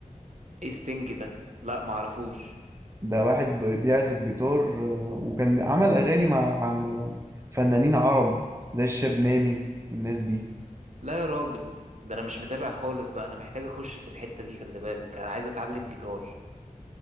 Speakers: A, on the right; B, on the right.
A: ايه ستينج ده لا معرفوش
B: ده واحد بي- بيعزف جيتار آه، وكان عمل أغاني مع آه، فنانين عرب زي الشاب مامي والناس دي
A: لا يا راجل ده انا مش متابع خالص بقى انا محتاج اخش في الحتة دي خلي بالك انا عايز اتعلم جيتار